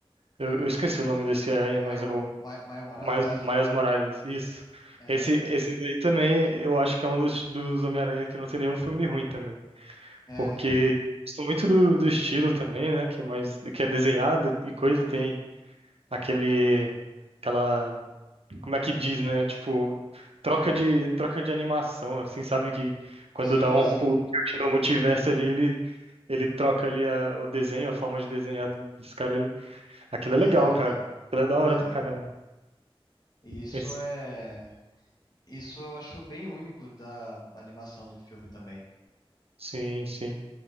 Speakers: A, on the right (about 75°); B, on the left (about 40°).
A: Eu, eu esqueci o nome desse aranha, mas
B: Maio,
A: é o
B: Ma- Maio Morales,
A: Miles, Miles Morales, isso.
B: é,
A: Esse, esse daí também, eu acho que é um dos, dos Homem-Aranha que não tem nenhum filme ruim também.
B: é,
A: Porque gosto muito do, do estilo também, né? Que é mais, que é desenhado e coisa, tem aquele, aquela, como é que diz, né? Tipo, troca de, troca de animação, assim, sabe? Que quando
B: sim,
A: dá um,
B: sim.
A: o tilt no multiverso ali, ele, ele troca ali a, o desenho, a forma de desenhar do- dos caras ali. Aquilo
B: Pois
A: é legal,
B: é,
A: cara.
B: cara.
A: Aquilo é da
B: Pois
A: hora pra
B: é,
A: caramba.
B: cara. E isso
A: Esse-
B: é. Isso eu acho bem único da animação do filme também.
A: sim, sim.